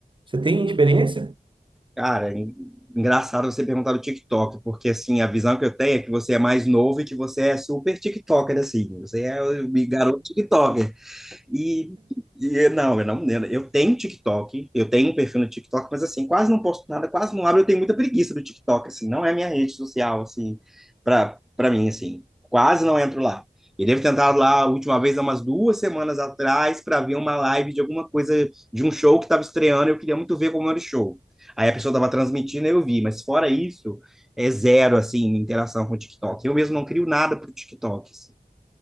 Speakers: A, on the right; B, in the centre.
A: Você tem experiência?
B: Cara, en- engraçado você perguntar do TikTok, porque assim, a visão que eu tenho é que você é mais novo e que você é super TikToker, assim. Você é o garoto TikToker. E, e não, eu não, eu tenho TikTok, eu tenho um perfil no TikTok, mas assim, quase não posto nada, quase não abro, eu tenho muita preguiça do TikTok, assim, não é a minha rede social, assim, pra, pra mim, assim, quase não entro lá. Eu devo ter entrado lá a última vez, há umas duas semanas atrás, para ver uma live de alguma coisa, de um show que estava estreando, eu queria muito ver como era o show. Aí a pessoa estava transmitindo, e eu vi, mas fora isso, é zero, assim, interação com o TikTok. Eu mesmo não crio nada para o TikTok, assim,